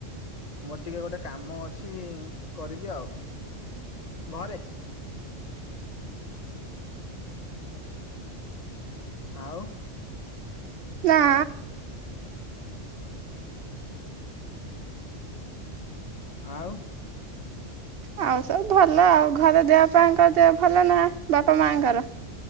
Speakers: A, on the left; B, on the right.
A: ମୋର ଟିକିଏ ଗୋଟେ କାମ ଅଛି କରିବି ଆଉ। ଘରେ ଆଉ।
B: ନା।
A: ଆଉ?
B: ଆଉ ସବୁ ଭଲ ଆଉ। ଘରେ ଦେହପାଙ୍କର ଦେ ଭଲ ନା ବାପା ମାଙ୍କର?